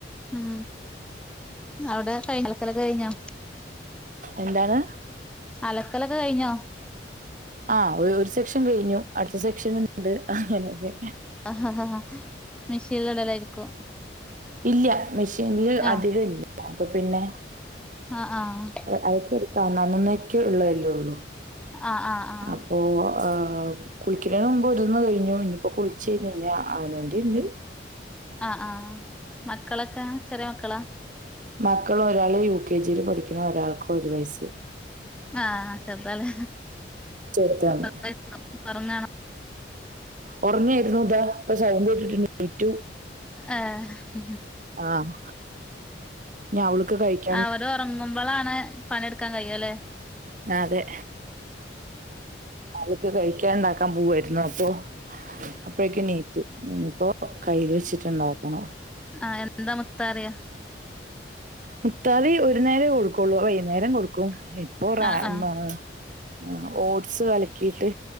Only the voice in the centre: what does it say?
ഉം അവിടെ കഴിഞ്ഞോ അലലൊക്കെ കഴിഞ്ഞോ
അലക്കലൊക്കെ കഴിഞ്ഞോ
ആഹ് മെഷീനിൽ ഇടലായിരിക്കും
ആഹ്
ആഹ് ആഹ്
ആഹ് ആഹ് ആഹ്
ആഹ് ആഹ് മക്കളൊക്കെ ചെറിയ മക്കളാ
ആഹ് ചെറുതാല്ലേ
<unintelligible> ഒറങ്ങണോ
ആഹ്
അവരൊറങ്ങുമ്പളാണ് പണിട് ക്കാൻ കഴിയല്ലേ
ആഹ് എന്താ മുത്താറിയ
ആഹ് ആഹ്